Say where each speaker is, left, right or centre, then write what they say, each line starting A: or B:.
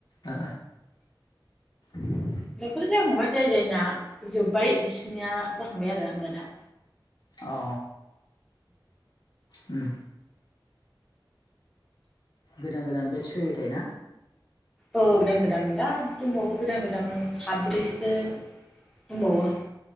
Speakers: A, on the left; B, in the centre.
A: ओ ओ।
B: दख'लि जाखांबाय जाय जायना जोब्बाय बिसोरनिया जाहांबाय आरो आनजादा।
A: अ। उ गोदान गोदान बे सुैयो थ ना
B: औ गोदान गोदान दा दंबावो गोदान गोदान साब्रैसो दंबावो